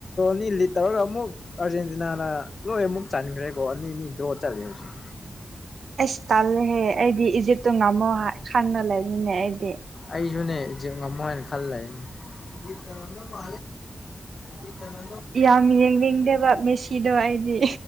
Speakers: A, on the left (about 55°); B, on the right (about 85°).
A: ꯅꯤ ꯂꯤ ꯇꯔꯔ ꯑꯃꯨꯛ ꯑꯔꯖꯦꯟꯇꯤꯅꯥꯅ ꯂꯣꯏ ꯑꯃꯨꯛ ꯆꯥꯟꯈ꯭ꯔꯦꯀꯣ ꯑꯅꯤ ꯑꯅꯤ ꯗ꯭ꯔꯣ ꯆꯠꯂꯦ ꯍꯧꯖꯤꯛ
B: ꯑꯁ ꯇꯜꯂꯦꯍꯦ ꯑꯩꯗꯤ ꯏꯖꯤꯞꯇꯨ ꯉꯝꯃꯣ ꯍꯥꯏ ꯈꯪꯅ ꯂꯩꯅꯤꯅꯦ ꯑꯩꯗꯤ
A: ꯑꯩꯁꯨꯨꯅꯦ ꯉꯝꯃꯣ ꯍꯥꯏ ꯈꯜꯂꯦ ꯏꯖꯤꯠ ꯇꯗꯣ ꯃꯥ ꯏꯖꯤꯠ ꯇꯗ
B: ꯌꯥꯝ ꯌꯦꯡꯅꯤꯡꯗꯕ ꯃꯦꯁꯤꯗꯣ ꯑꯩꯗꯤ